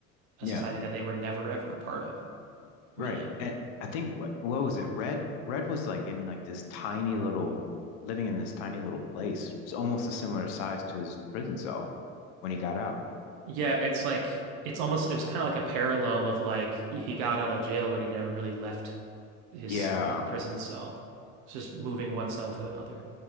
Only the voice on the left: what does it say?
yeah,
right.
And I think what what was it? Red Red was like in like this tiny little living in this tiny little place. It's almost a similar size to his prison cell when he got out.
Yeah.